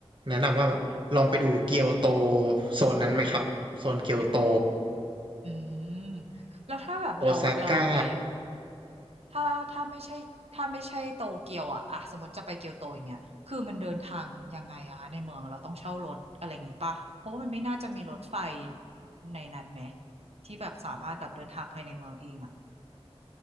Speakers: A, on the right; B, on the right.
A: แนะนำว่าแบบลองไปดูเกียวโตโซนนั้นไหมครับโซนเกียวโต
B: อืมแล้วถ้าแบบเราเราไป
A: โอซาก้า
B: ถ้าถ้าไม่ใช่ถ้าไม่ใช่โตเกียวอะอะสมมติจะไปเกียวโตอย่างเงี้ยคือมันเดินทางยังไงอะคะในเมืองเราต้องเช่ารถอะไรอย่างงี้ป่ะเพราะว่ามันไม่น่าจะมีรถไฟในนั้นไหมที่แบบสามารถแบบเดินทางภายในเมืองเองอะ